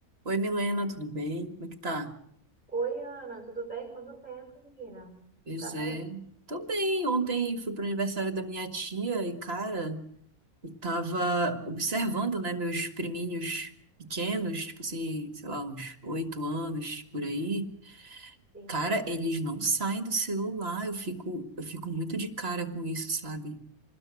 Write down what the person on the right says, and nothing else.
Oi, Milena, tudo bem? Como é que tá?
Pois
é. Tô bem. Ontem fui pro aniversário da minha tia e, cara, eu tava observando, né, meus priminhos pequenos, tipo assim, sei lá, uns oito anos por aí.
Cara, eles não saem do celular. Eu fico, eu fico muito de cara com isso, sabe?